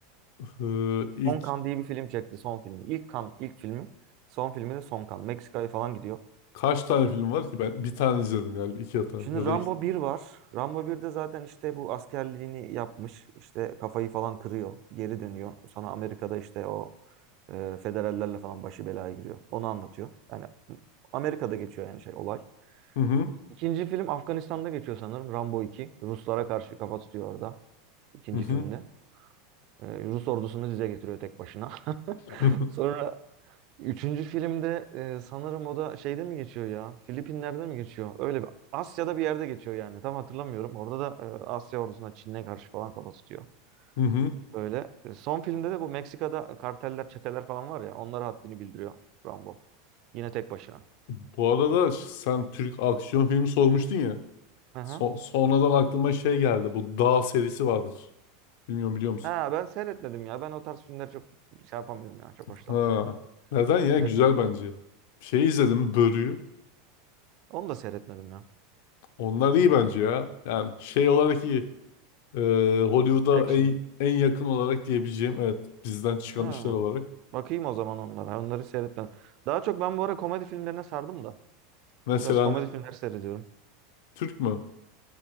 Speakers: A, on the left; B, on the right.
A: e, ilk
B: Son Kan diye bir film çekti son filmi. İlk Kan ilk filmi. Son filmi de Son Kan. Meksika'ya falan gidiyor.
A: kaç tane film var ki? Ben bir tane izledim galiba. iki hata
B: Şimdi
A: ya
B: Rambo
A: da iki.
B: bir var. Rambo 1'de zaten işte bu askerliğini yapmış. işte kafayı falan kırıyor. Geri dönüyor. Sonra Amerika'da işte o e, federallerle falan başı belaya giriyor. Onu anlatıyor. Yani Amerika'da geçiyor yani şey olay.
A: Hı hı.
B: İkinci film Afganistan'da geçiyor sanırım. Rambo iki Ruslara karşı kafa tutuyor orada. İkinci
A: Hı hı.
B: filmde. E, Rus ordusunu dize getiriyor tek başına. <laughs>
A: <laughs>
B: Sonra Üçüncü filmde e, sanırım o da şeyde mi geçiyor ya? Filipinler'de mi geçiyor? Öyle bir Asya'da bir yerde geçiyor yani. Tam hatırlamıyorum. Orada da e, Asya ordusuna Çin'e karşı falan kafa tutuyor.
A: Hı hı.
B: Öyle. E, son filmde de bu Meksika'da karteller, çeteler falan var ya. Onlara haddini bildiriyor Rambo. Yine tek başına.
A: Bu arada ş- sen Türk aksiyon filmi sormuştun ya.
B: Hı hı.
A: So- sonradan aklıma şey geldi. Bu Dağ serisi vardır. Bilmiyorum biliyor musun?
B: Ha ben seyretmedim ya. Ben o tarz filmleri çok şey yapamıyorum ya. Çok
A: Ha.
B: hoşlanmıyorum ya.
A: Neden ya?
B: Seyretmedim.
A: Güzel bence. Şey izledim. Börü'yü.
B: Onu da seyretmedim ya.
A: Onlar iyi bence ya. Yani şey olarak iyi. Ee, Hollywood'a
B: Action.
A: en, en yakın olarak diyebileceğim evet bizden çıkan
B: Ha.
A: işler olarak.
B: Bakayım o zaman onlara. Onları seyretmedim. Daha çok ben bu ara komedi filmlerine sardım da.
A: Mesela
B: Biraz komedi
A: ne?
B: filmleri seyrediyorum.
A: Türk mü?